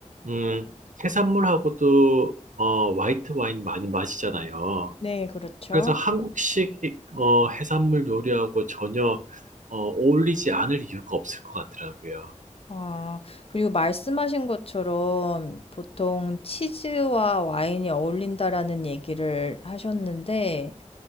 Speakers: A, on the right; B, on the left.
A: 음, 해산물하고도 어, 화이트 와인 많이 마시잖아요.
B: 네, 그렇죠.
A: 그래서 한국식 어, 해산물 요리하고 전혀 어, 어울리지 않을 이유가 없을 것 같더라고요.
B: 아, 그리고 말씀하신 것처럼 보통 치즈와 와인이 어울린다라는 얘기를 하셨는데,